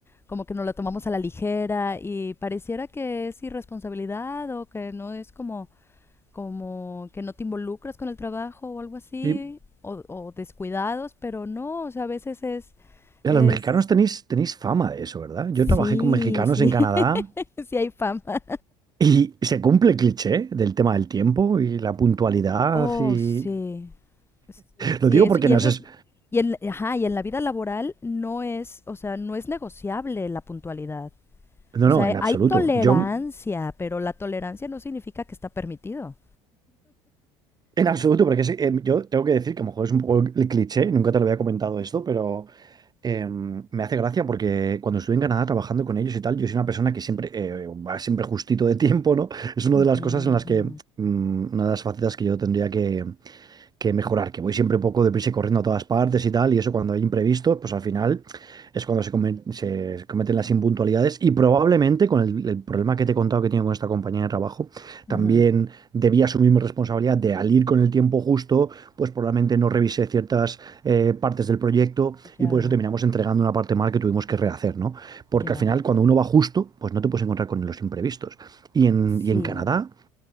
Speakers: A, on the left; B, on the right.
A: como que nos la tomamos a la ligera y pareciera que es irresponsabilidad o que no es como como que no te involucras con el trabajo o algo así,
B: Y
A: o, o descuidados, pero no, o sea, a veces es,
B: Ya,
A: es,
B: los mexicanos tenéis, tenéis fama de eso, ¿verdad? Yo trabajé
A: sí,
B: con mexicanos
A: sí,
B: en Canadá
A: <laughs> sí hay fama.
B: Y se cumple el cliché del tema del tiempo y la puntualidad
A: Oh,
B: y...
A: sí, sí,
B: Lo
A: sí,
B: digo
A: eso,
B: porque
A: y
B: no
A: eso
B: es...
A: es, y en, ajá, y en la vida laboral no es, o sea, no es negociable la puntualidad.
B: No,
A: O
B: no,
A: sea,
B: en absoluto.
A: hay tolerancia,
B: Yo,
A: pero la tolerancia no significa que está permitido.
B: en absoluto, porque sí, em, yo tengo que decir que a lo mejor es un poco el cliché, nunca te lo había comentado esto, pero em, me hace gracia porque cuando estuve en Canadá trabajando con ellos y tal, yo soy una persona que siempre eh, va siempre justito de tiempo, ¿no? Es una
A: Ujú,
B: de las cosas en
A: ujú,
B: las que... mm, una de las facetas que yo tendría que que mejorar, que voy siempre un poco deprisa y corriendo a todas partes y tal, y eso cuando hay imprevisto, pues al final es cuando se, come- se cometen las impuntualidades y probablemente con el, el problema que te he contado que tengo con esta compañía de trabajo,
A: ujú.
B: también debía asumir mi responsabilidad de al ir con el tiempo justo, pues probablemente no revisé ciertas eh, partes del proyecto
A: Ya,
B: y por eso terminamos entregando una parte mal que tuvimos que rehacer, ¿no? Porque
A: ya.
B: al final cuando uno va justo, pues no te puedes encontrar con los imprevistos. Y en, y
A: Sí.
B: en Canadá,